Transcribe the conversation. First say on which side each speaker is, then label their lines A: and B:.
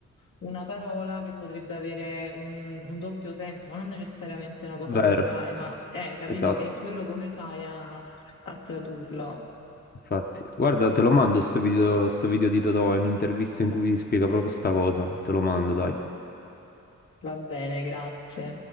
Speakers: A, on the left (about 80°); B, on the left (about 30°).
A: una parola che potrebbe avere un, un doppio senso, ma non necessariamente una cosa
B: Vero,
A: volgare, ma eh, capito?
B: esatto.
A: E quello come fai a, a tradurlo?
B: Infatti, guarda, te lo mando sto video, sto video di Totò, è un'intervista in cui spiega proprio sta cosa. Te lo mando, dai.
A: Va bene, grazie.